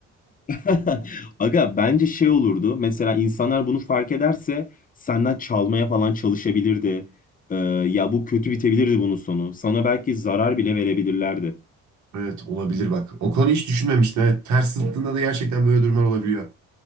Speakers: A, on the left (about 30°); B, on the right (about 70°).
A: <laughs> Aga bence şey olurdu. Mesela insanlar bunu fark ederse senden çalmaya falan çalışabilirdi. Ee, ya bu kötü bitebilirdi bunun sonu. Sana belki zarar bile verebilirlerdi.
B: Evet olabilir bak. O konuyu hiç düşünmemiştim. Evet ters zıttığında da gerçekten böyle durumlar olabiliyor.